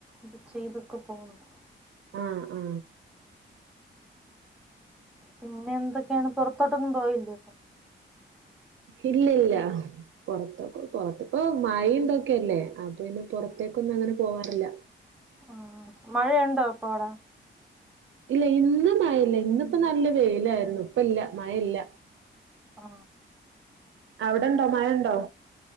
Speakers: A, in the centre; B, on the right (about 75°).
A: ഇത് ചെയ്തുക്ക പോകുന്നു
B: ആ ആ
A: പിന്നെ എന്തൊക്കെയാണ് പുറത്തോട്ടൊന്നും പോയില്ലേ
B: ഇല്ലില്ല പുറത്തക്ക പുറത്ത് ഇപ്പ മൈ തൊക്കെല്ലേ അപ്പൊ പിന്നെ പുറത്തേക്കൊന്നും അങ്ങനെ പോവാറില്ല
A: ആ മഴയുണ്ടോ ഇപ്പൊ അവിട
B: ഇല്ല ഇന്ന് മഴ ഇല്ല ഇന്നിപ്പ നല്ല വെയിലായിരുന്നു ഇപ്പ ഇല്ല മഴ ഇല്ല
A: ആ
B: അവിടെണ്ടോ മഴ ഉണ്ടോ